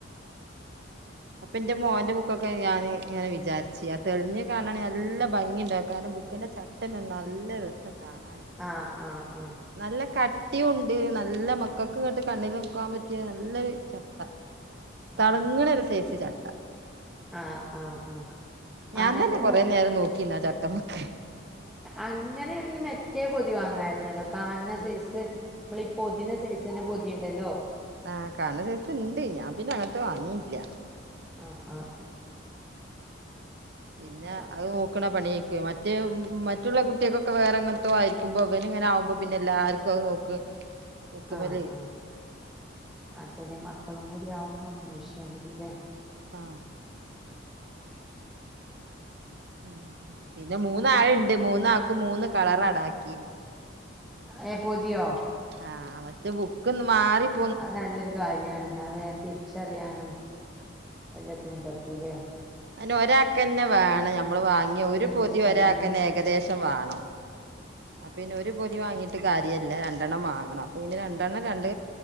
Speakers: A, on the right; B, in the centre.
A: അപ്പൊ, എന്റെ മോന്റെ ബുക്കൊക്കെ ഞാന് ഇങ്ങനെ വിചാരിച്ച് ആഹ് തെളിഞ് കാണാണെ നല്ല ഭംഗി ണ്ടാവും കാരണം ബുക്കിന്റെ ച ട്ടെന്നെ നല്ല രസ കാണാനെ.
B: ആഹ്, ആഹ്, ആഹ്.
A: നല്ല കട്ടിയുണ്ട്, നല്ല മക്കൾ ക്ക്ങ്ങട്ട് കണ്ണിൽ വെക്കാൻ പറ്റിയ നല്ലൊരു ചട്ട. തളങ്ങണ
B: ആഹ്
A: ഒരു സൈസ് ചട്ട.
B: ആഹ്, ആഹ്, ആഹ്.
A: ഞാൻ
B: അങ്ങനത്തെ
A: തന്നെ കുറേ നേരം നോക്കി നിന്ന് ആഹ് ചട്ടമ്മക്ക്.
B: അങ്ങനെ യാണെങ്കി, മറ്റേ പൊതി വാങ്ങാരുന്നല്ലോ? കാണണ സൈസ്. നമ്മൾ ഈ പൊതീണ സൈസ് തന്നെ പൊതിയുണ്ടല്ലോ.
A: ആഹ്, കാണണ സൈസ് ഉണ്ട്. ഞാൻ പിന്നെ, അങ്ങനത്ത വാങ്ങില്ല.
B: ആഹ്, ആഹ്, ആഹ്.
A: പിന്നെ,
B: ആഹ്
A: അത് നോക്ക്ണ പണി ആയിരിക്കും. മ മറ്റേ മറ്റുള്ള കുട്ടികൾക് ഒക്കെ വേറെ എങനത്തോ ആയിരിക്കുമ്പോ അവൻ ഇങ്ങനെ ആകുമ്പോ പിന്നെ എല്ലാർക്കും അത് നോക്ക്. ബുക്കുമല്
B: ആഹ്, ആഹ്. ആഹ്, ചെറിയ മക്കളും കൂടി ആവുമ്പോ അങ്ങനെ വിഷയം വരൂ ല്ലേ.
A: ആഹ്. ഉം, പിന്നെ
B: എന്താ
A: മൂന്നാളുണ്ട് മൂന്നാൾക്കും മൂന്ന് കളർ അണ്ടാക്കീന്.
B: ഏ, പൊതിയോ.
A: ആഹ്, മറ്റേ ബുക്ക്ന്ന് മാറി-
B: അത് നല്ലൊരു കാര്യാണ്. എന്നാ വേഗം തിരിച്ചറിയാനും എല്ലാത്തിനും പറ്റൂലേ.
A: അതിന് ഒരാൾക് തന്നെ വേണം നമ്മള് വാങ്ങിയ
B: ബുക്കെന്നെ
A: ഒരു പൊതി
B: തിരിച്ചറിയാന്
A: ഒരാൾക് തന്നെ ഏകദേശം വേണം. അപ്പ പിന്നെ, ഒരു പൊതി വാങ്ങീട്ട് കാര്യം ഇല്ല. രണ്ടെണ്ണം വാങ്ങണം. അപ്പൊ പിന്നെ രണ്ടെണ്ണം രണ്ട്